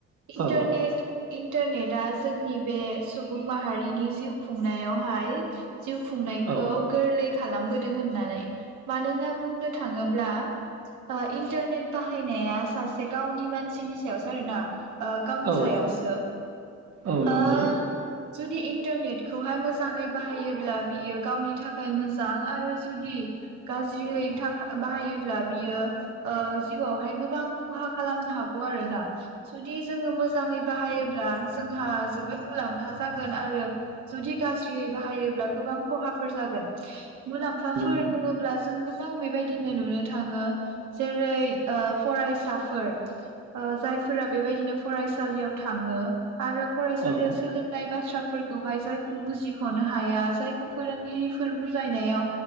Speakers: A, on the right; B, on the right.
A: इन्टारनेट
B: औ
A: इन्टारनेटआ जोंनि बे सुबुं माहारिनि जिउ खुंनायावहाय जिउ खुंनायखौ
B: औ
A: गोरलै खालामबोदों होननानै मानोना बुंनो थाङोब्ला ओ इन्टारनेट बाहायनाया सासे गावनि मानसिनि सायावसो आरो ना ओ गावनि
B: औ
A: सायावसो
B: औ नंगौ
A: ओ जुदि इन्टारनेटखौहाय मोजाङै बाहायोब्ला बियो गावनि थाखाय मोजां आरो जुदि गाज्रियै बाहायोब्ला बियो ओ जिउआवहाय गोबां खहा खालामनो हागौ आरोना जुदि जोङो मोजाङै बाहायोब्ला जोंहा जोबोद मुलाम्फा जागोन आरो जुदि गाज्रियै बाहायोब्ला गोबां खहाफोर जागोन मुलाम्फाफोर
B: नंगौ
A: बुङोब्ला जों गोबां बे बेबायदिनो नुनो थाङो जेरै ओ फरायसाफोर ओ जायफोरा बेबायदिनो फरायसालियाव थाङो आरो फरायसालियाव
B: औ
A: सोलोंनाय बाथ्रा फोरखौहाय जायखौ बुजिखनो हाया जायखौ फोरोंगिरिफोर बुजायनायाव